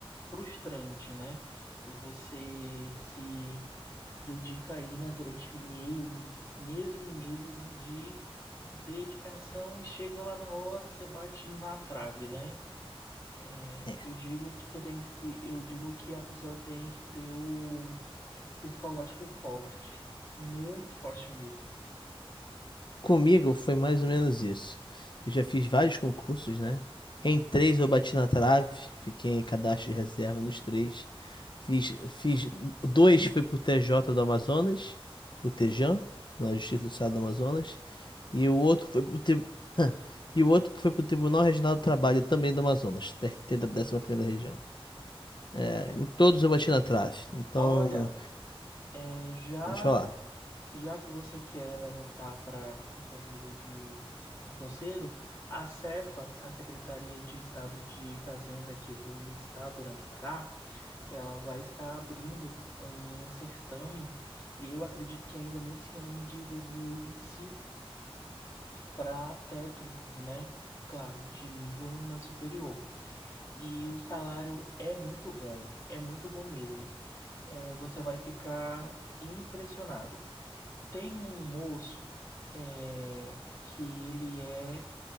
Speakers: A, on the left (about 35°); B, on the left (about 50°).
A: frustrante, né? Você se dedica aí, né, durante meses, meses e meses de dedicação e chega lá na hora, você bate na trave, né? É,
B: é,
A: eu digo que você tem que, se- eu digo que a pessoa tem que ter o psicológico forte, muito forte mesmo.
B: Comigo foi mais ou menos isso. Eu já fiz vários concursos, né? Em três eu bati na trave, fiquei em cadastro de reserva nos três. Fiz, fiz dois foi pro TJ do Amazonas, o Tejan, na Justiça do Estado do Amazonas, e o outro foi pro tri- <laughs> e o outro foi pro Tribunal Regional do Trabalho também do Amazonas, <laughs> TRT da
A: Amazonas.
B: 11ª região. É, em todos eu bati na trave. Então,
A: Olha, é, já
B: pode falar.
A: já que você quer, né, voltar para essa vida de concurseiro, a Cefa, a Secretaria de Estado de Fazenda aqui do Estado né, do Pará, ela vai estar abrindo um certame, eu acredito que ainda nesse ano de dois mil e e vinte e cinco para técnicos, né? Claro, de nível né, superior. E o salário é muito bom, é muito bom mesmo. É, você vai ficar impressionado. Tem um moço, é, que ele é